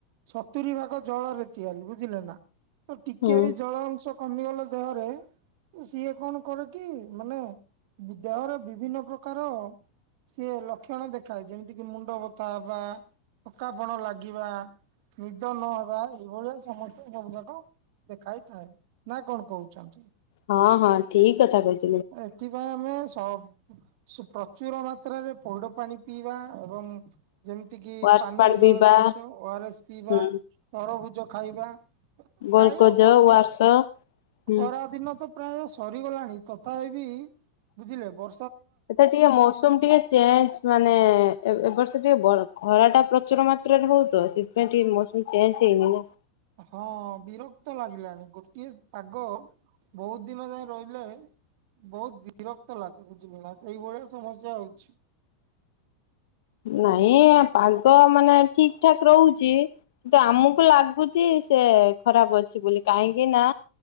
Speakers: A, on the right (about 60°); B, on the left (about 75°).
A: ସତୁରି ଭାଗ ଜଳରେ ତିଆରି ବୁଝିଲେ ନା ତ ଟିକେ
B: ହୁଁ
A: ବି ଜଳ ଅଂଶ କମିଗଲେ ଦେହରେ ସିଏ କଣ କରେ କି ମାନେ ଦେହରେ ବିଭିନ୍ନ ପ୍ରକାର ସିଏ ଲକ୍ଷ୍ୟଣ ଦେଖାଏ ଯେମିତି କିି ମୁଣ୍ଡ ବଥା ହବା <unintelligible> ପଣ ଲାଗିବା ନିଦ ନ <unintelligible> ଏଇ ଭଳିଆ ସମସ୍ତେ ସବୁ ଯାକ ଦେଖାଇଥାଏ ନା କଣ କହୁଛନ୍ତି?
B: ହଁ-ହଁ ଠିକ୍ କଥା <unintelligible>
A: ଏଥିପାଇଁ ଆମେ <unintelligible> ପ୍ରଚୁର ମାତ୍ରାରେ ପଇଡ ପାଣି ପିଇବା ଏବଂ ଯେମ୍ତି କିି
B: ୱାର୍ସ
A: ପାନୀୟ
B: ପାଣି ପିଇବା
A: ଜଳ ଜିନିଷ ଓଆର ଏସ୍ ପିଇବା
B: ହୁଁ
A: ତରଭୁଜ୍ ଖାଇବା ଖାଇବ
B: ଗ୍ଲୁକୋଜ
A: ବର୍ଷା
B: ୱାର୍ସ ହୁଁ
A: ଖରା ଦିନ ତ ପ୍ରାୟ ସରିଗଲାଣି ତଥାପି ବୁଝିଲେ ବ
B: ଏତେ ଟିକେ ମୌସୁମ୍ ଟିକେ ଚେଞ୍ଜ ମାନେ ଏ ଏବର୍ଷ ଟିକେ ବ ଖରା ଟା ପ୍ରଚୁର ମାତ୍ରାରେ ହଉ ତ ସେଥିପାଇଁ ଟିକେ ମ <unintelligible> ଚେଞ୍ଚେ ହେଇନି ନା।
A: ହଁ ବିରକ୍ତ ଲାଗିଲାଣି ଗୋଟିଏ ପାଗ ବହୁତ୍ ଦିନ ଯାଏ ରହିଲେ ବହୁତ୍ ବିରକ୍ତ ଲାଗେ ବୁଝିଲୁ ନା ସେଇଭଳିଆ ସମସ୍ୟା ହଉଚି।
B: ନାଇଁ ଏ ପାଗ ମାନେ ଠିକ୍ ଠାକ୍ ରହୁଚି କିନ୍ତୁ ଆମକୁ ଲାଗୁଚି ସେ ଖରାପ୍ ଅଛି ବୋଲି କାହିଁକି ନା